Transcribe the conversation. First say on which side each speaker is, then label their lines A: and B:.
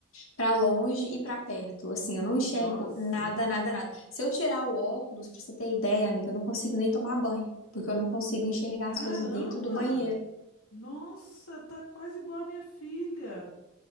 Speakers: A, on the left; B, on the left.
A: para longe e para perto. Assim,
B: Hum,
A: eu não enxergo
B: Nossa,
A: nada, nada, nada. Se eu tirar o óculos, pra você ter ideia, amiga, eu não consigo nem tomar banho, porque eu não consigo enxergar
B: caramba!
A: as coisas dentro do banheiro.
B: Nossa, tá quase igual a minha filha.